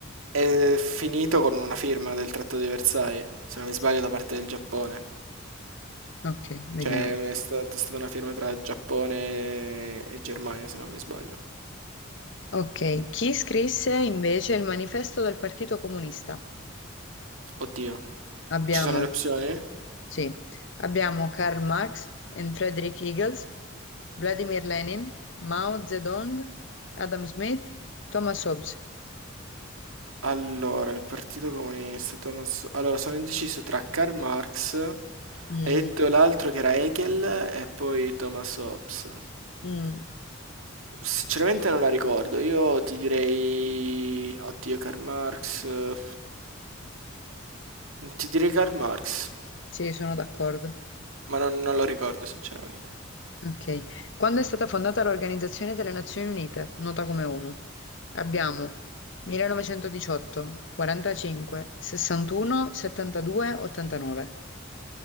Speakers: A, on the right (about 80°); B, on the left (about 60°).
A: è finito con una firma del Trattato di Versailles, se non mi sbaglio, da parte del Giappone.
B: Ok, vediamo.
A: Cioè, è sta- è stata una firma tra Giappone e Germania, se non mi sbaglio.
B: Ok, chi scrisse invece il manifesto del Partito Comunista?
A: Oddio.
B: Abbiamo
A: Ci sono le opzioni?
B: Sì, abbiamo Karl Marx e Friedrich Engels, Vladimir Lenin, Mao Zedong, Adam Smith, Thomas Hobbes.
A: Allora, il Partito Comunista, Thomas... Allora, sono indeciso tra Karl Marx,
B: Mm,
A: hai detto l'altro che era Hegel e poi Thomas Hobbes.
B: mm,
A: Sinceramente non la ricordo, io ti direi... Oddio, Karl Marx... eh, Ti direi Karl Marx,
B: sì, sono d'accordo.
A: ma non, non lo ricordo sinceramente.
B: Ok. Quando è stata fondata l'Organizzazione delle Nazioni Unite, nota come ONU? Abbiamo 1918, 45, 61, 72, 89.